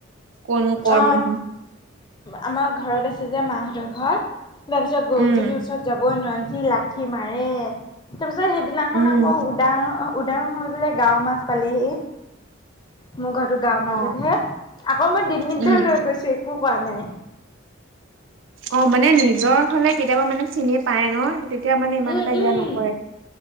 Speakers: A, on the right (about 65°); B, on the left (about 20°).
A: কোন কৰ
B: অ
A: মানুহ
B: আমাৰ ঘৰত আছে যে মাহঁতৰ ঘৰত। তাৰপিছত গৰুজনীৰ
A: উম
B: ওচৰত যাবই নোৱাৰোঁ যি লাঠি মাৰে তাৰপিছত সেই সিদিনাখন
A: উম
B: আকৌ উদা উদাং হৈ পেলাই গাঁও মাছ পালেহি মোৰ ঘৰটো গাঁৱৰ মাজত
A: অ
B: হে আকৌ মই ডিঙিত
A: উম
B: ধৰি লৈ গৈছো একো কোৱা নাই।
A: অ মানে নিজৰ হ'লে কেতিয়াবা মানে চিনি পায় ন তেতিয়া মানে ইমান
B: উম
A: এটা
B: উম
A: ইয়া নকৰে।